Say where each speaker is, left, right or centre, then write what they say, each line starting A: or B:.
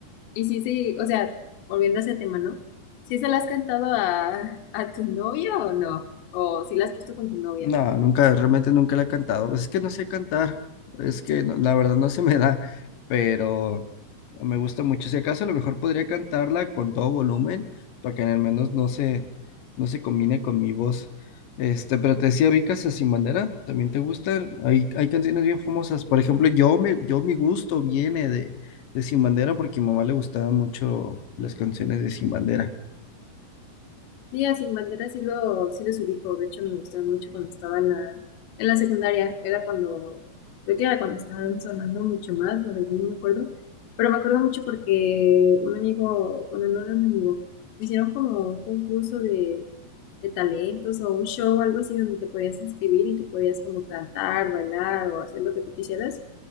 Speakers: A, on the left; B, on the left.
A: y sí, sí, o sea, volviendo a ese tema, ¿no? ¿Sí se la has cantado a, a tu novia o no? ¿O si la has puesto con tu novia?
B: No, nunca, realmente nunca la he cantado. Pues es que no sé cantar. Es que no- la verdad no se me da, pero me gusta mucho. Si acaso a lo mejor podría cantarla con todo volumen para que al menos no se, no se combine con mi voz. Este, pero te decía, Vicas Sin Bandera, ¿también te gustan? Hay, hay canciones bien famosas. Por ejemplo, yo, me, yo mi gusto viene de, de Sin Bandera porque a mi mamá le gustaban mucho las canciones de Sin Bandera.
A: Sí, a Sin Bandera sí, lo, sí los ubico. De hecho, me gustaban mucho cuando estaba en la, en la secundaria. Era cuando, creo que era cuando estaban sonando mucho más, la verdad no me acuerdo. Pero me acuerdo mucho porque un amigo, bueno, no era un amigo, hicieron como un concurso de, de talentos o un show o algo así donde te podías inscribir y tú podías como cantar, bailar o hacer lo que tú quisieras